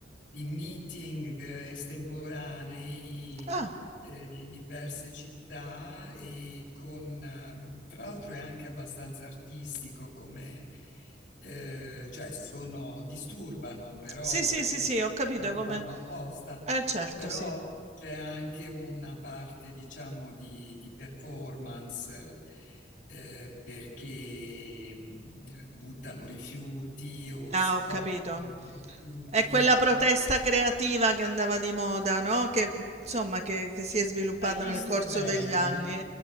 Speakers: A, on the left; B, on the right.
A: di meeting eh, estemporanei
B: Ah,
A: eh, in diverse città e con, ehm, tra l'altro è anche abbastanza artistico come, eh, cioè sono, disturbano però
B: sì, sì,
A: e,
B: sì, sì, ho capito
A: e lo
B: come...
A: fanno apposta,
B: Eh, certo,
A: però
B: sì.
A: c'è anche una parte, diciamo, di, di performance. eh, perché mh, buttano rifiuti o
B: Ah,
A: si
B: ho
A: coprono
B: capito.
A: di rifiuti.
B: È quella protesta creativa che andava di moda, no? Che insomma, che, che si è sviluppata
A: Hai visto
B: nel corso
A: bene?
B: degli anni.